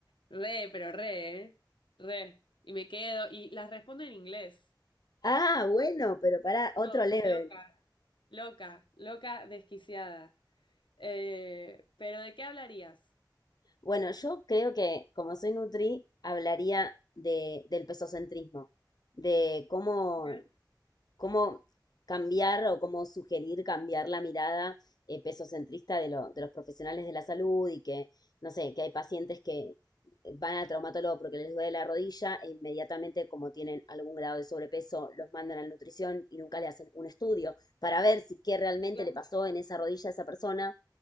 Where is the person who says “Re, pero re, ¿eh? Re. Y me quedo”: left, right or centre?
Left